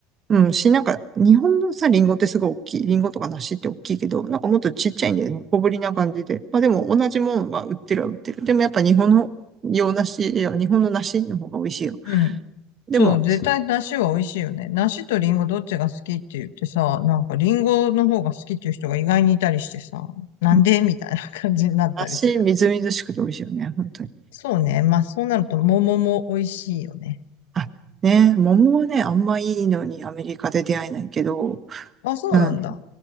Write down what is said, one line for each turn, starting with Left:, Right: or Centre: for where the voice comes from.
Right: うん、し、なんか、日本のさ、リンゴってすごい大きい。リンゴとか梨って大きいけど、なんかもっとちっちゃいんだよね。小ぶりな感じで。まあでも、同じもんは売ってるは売ってる。でもやっぱ日本の洋梨、いや、日本の梨の方が美味しいよ。
Left: の
Right: でも、
Left: そう、絶対梨は美味しいよね。梨とリンゴどっちが好きって言ってさ、なんかリンゴの方が好きっていう人が意外にいたりしてさ、なんでみたいな感じになったりする。
Right: うん梨、みずみずしくて美味しいよね、本当に。
Left: そうね。まあそうなると桃も美味しいよね。
Right: あ、ね、桃はね、あんまいいのにアメリカで出会えないけど、
Left: あ、そうなんだ。
Right: うん、